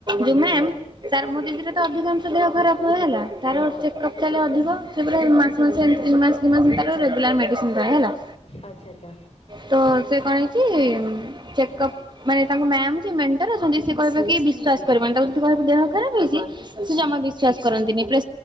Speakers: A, on the right; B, on the left.
A: ଯଉ
B: ହୁଁ।
A: ମେମ୍ ତା ମୋ ଦିଦିର ତ ଅଧିକାଂଶ ଦେହ ଖରାପ ହୁଏ ହେଲା। ତାର
B: ହଁ
A: ଚେକଅପ୍ ଚାଲେ ଅଧିକ ସେପଟରେ ମାସ ମାସେ ଏମିତି ତିନି ମାସ ଦୁଇ ମାସରେ ତାର ରେଗୁଲାର ମେଡ଼ିସିନ୍ ଯାଏ ହେଲା।
B: ଆଚ୍ଛା ଆଚ୍ଛା
A: ତ ସେ କଣ ହେଇଛି ଚେକଅପ ମାନେ ତାଙ୍କ ମ୍ୟାାମ ଯିଏ ମେଣ୍ଟର ଅଛନ୍ତି ସେ କହିବେ କି ବିଶ୍ୱାସ କରିବନି, ତାକୁ ଯଦି କହିବ ଦେହ ଖରାପ ହେଇଛି ସେ ଜମା ବିଶ୍ଵାସ କରନ୍ତିନି ପ୍ରେ